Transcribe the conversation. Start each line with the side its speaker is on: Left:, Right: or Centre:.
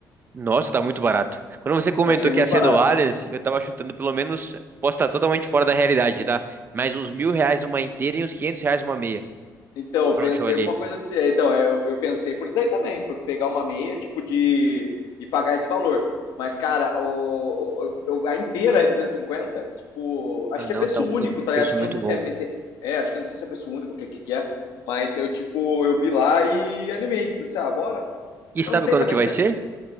Right: Nossa, tá muito barato. Quando você comentou
Left: eu achei muito
Right: que ia ser
Left: barato.
Right: no Allianz, eu tava chutando pelo menos, posso estar totalmente fora da realidade, tá? Mais uns mil reais uma inteira e uns quinhentos reais uma meia
Left: Então, eu
Right: pra
Left: pensei
Right: um show ali.
Left: alguma coisa assim. Então, eu, eu pensei por isso aí também, por pegar uma meia, tipo, de. e pagar esse valor. Mas, cara, o, o- o- a inteira é duzentos e cinquenta Tipo, acho
Right: Ah,
Left: que
Right: não,
Left: é preço
Right: tá um
Left: único, tá
Right: preço
Left: ligado? Acho que
Right: muito
Left: não sei
Right: bom.
Left: se é. mete- É, acho que não sei se é preço único, o que, que que é. Mas eu, tipo, eu vi lá e animei. Falei assim, ah, bora.
Right: E sabe
Left: Eu não sei
Right: quando
Left: também
Right: que vai
Left: se
Right: ser?
Left: é.